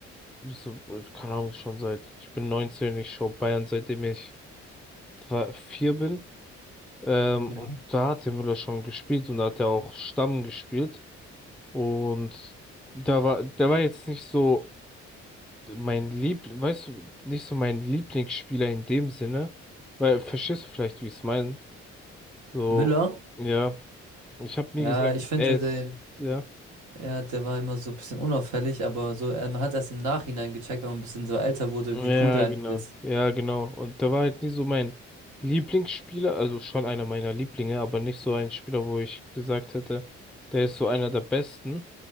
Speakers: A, in the centre; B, on the right (about 75°).
A: so, äh, keine Ahnung, schon seit, ich bin neunzehn ich schaue Bayern, seitdem ich drei- vier bin. Ähm,
B: Ja.
A: und da hat der Müller schon gespielt und da hat er auch Stamm gespielt. Und da war, der war jetzt nicht so mein Lieb, weißt du, nicht so mein Lieblingsspieler in dem Sinne. Weil, verstehst du vielleicht, wie ich es meine? So,
B: Müller.
A: ja, ich habe nie
B: Ja,
A: gesagt,
B: ich finde
A: er ist,
B: den,
A: ja.
B: ja, der war immer so ein bisschen unauffällig, aber so, äh, man hat erst im Nachhinein gecheckt, wenn man ein bisschen so älter wurde,
A: Ja,
B: wie cool der
A: genau.
B: eigentlich ist.
A: Ja, genau. Und der war halt nie so mein Lieblingsspieler, also schon einer meiner Lieblinge, aber nicht so ein Spieler, wo ich gesagt hätte, der ist so einer der besten.